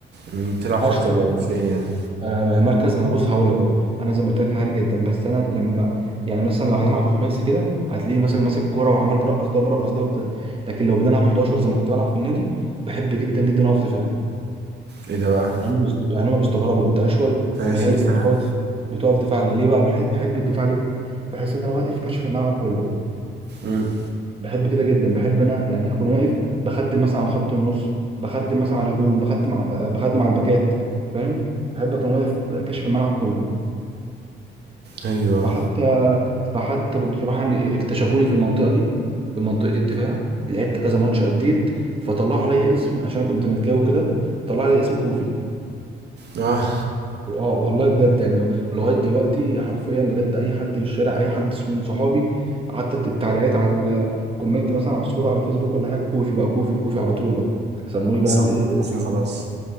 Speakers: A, on the right; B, on the right.
A: مم، بتلعب خط
B: أشول يعني
A: فين يعني؟
B: آه، مركز أنا بص هقول لك أهو أنا زي ما قلت لك مهاري جدا بس أنا لما يعني مثلا لو هنلعب خماسي كده هتلاقيني مثلا ماسك الكورة وعمال برقص ده وبرقص ده وبتاع. لكن لو بدنا نلعب 11 زي ما كنت بلعب في النادي بحب جدا جدا أقف دفاع
A: ايه ده بقى؟
B: يعني هم بيست... يعني هم بيستغربوا انت اشول ومهاري
A: فين فاهم
B: طب بتقف دف... بتقف دفاع ليه ليه بقى بحب... بحب الدفاع ليه بحس ان انا واقف كشف الملعب كله
A: امم
B: بحب كده جدا بحب انا يعني اكون واقف بخدم مثلا على خط النص بخدم مثلا على الهجوم بخدم ع- آه، بخدم على الباكات فاهم بحب اكون واقف كشف الملعب كله
A: ايوه
B: فحتى فحتى بصراحه يعني اكتشفوني في المنطقه دي في منطقه الدفاع لعبت كذا ماتش اديت فطلعوا عليا اسم عشان انا كنت ملكاوي كده طلعوا عليا اسم كوفي
A: اه
B: اه والله بجد يعني لو لغايه دلوقتي حرفيا بجد اي حد في الشارع اي حد من صحابي حتى التعليقات على الكومنت مثلا على الصوره على الفيسبوك ولا حاجه كوفي بقى كوفي كوفي على طول بقى سموني
A: خلاص
B: بقى الايه
A: أنا
B: الاسم
A: متوفي خلاص
B: ده